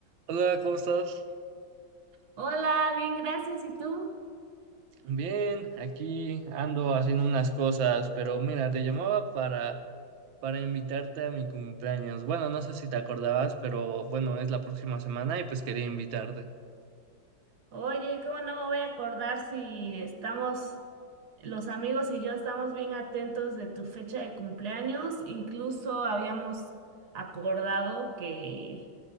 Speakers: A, on the right; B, on the right.
A: Hola, ¿cómo estás?
B: Hola, bien, gracias. ¿Y tú?
A: Bien, aquí ando haciendo unas cosas, pero mira, te llamaba para, para invitarte a mi cumpleaños. Bueno, no sé si te acordabas, pero bueno, es la próxima semana y pues quería invitarte.
B: Oye, ¿cómo no me voy a acordar si estamos, los amigos y yo estamos bien atentos de tu fecha de cumpleaños? Incluso habíamos acordado que